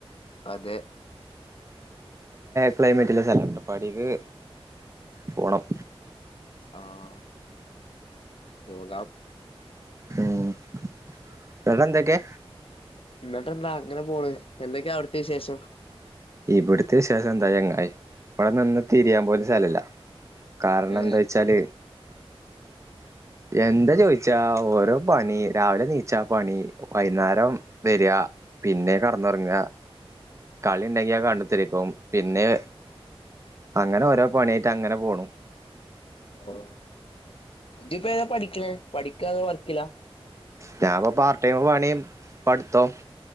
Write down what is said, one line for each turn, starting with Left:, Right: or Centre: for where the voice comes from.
Left: അതെ.
Right: ക്ലൈമറ്റ് ഇല്ല സ്ഥലം അട്ടപ്പാടിക്ക് പോണം.
Left: ആഹ് പോകാം.
Right: മ്മ് ന്ന്ട്ട് എന്തൊക്കെ?
Left: എന്നിട്ട് എന്താ അങ്ങനെ പോണ് എന്തൊക്കെയാ അവിടത്തെ വിശേഷം?
Right: ഇവിടുത്തെ വിശേഷം എന്താ ചെങ്ങായി ഇവിടെ നിന്ന് തിരിയാൻ പോലും സ്ഥലല്ല. കാരണം
Left: ഏ
Right: എന്താ വെച്ചാല് എന്താ ചോയിച്ചാ ഓരോ പണി രാവിലെ നീച്ച പണി വൈകുന്നേരം വരിക പിന്നെ കടന്നറങ്ങ. കളി ഉണ്ടെങ്കി കണ്ടത്തിലെക്കോവും പിന്നെ അങ്ങനെ ഓരോ പണിയായിട്ട് അങ്ങനെ പോണു.
Left: ഓ ഇതിപ്പോ ഏതാ പഠിക്കണേ പഠി <unintelligible> വർക്കില്ല
Right: ഞാൻപ്പൊ പാർട്ട്ടൈം പണിം പടുത്തോ